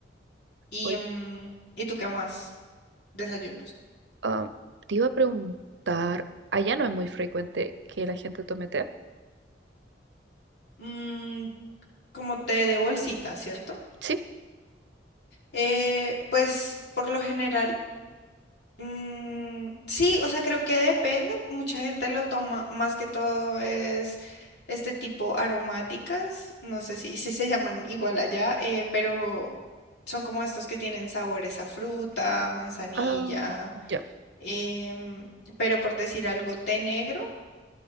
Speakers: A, on the left; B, on the right.
A: ¿Y,
B: Oye,
A: mm, ¿y tú qué más desayunos?
B: Ah, te iba a preguntar, allá no es muy frecuente que la gente tome té.
A: Mm, como té de bolsita, ¿cierto?
B: Sí,
A: Eh, pues por lo general Mm, sí, o sea, creo que depende. Mucha gente lo toma más que todo es este tipo aromáticas. No sé si, <laughs> si se llaman igual allá, eh, pero son como estos que tienen sabores a fruta, manzanilla.
B: ah, ya,
A: em, pero por decir algo, té negro.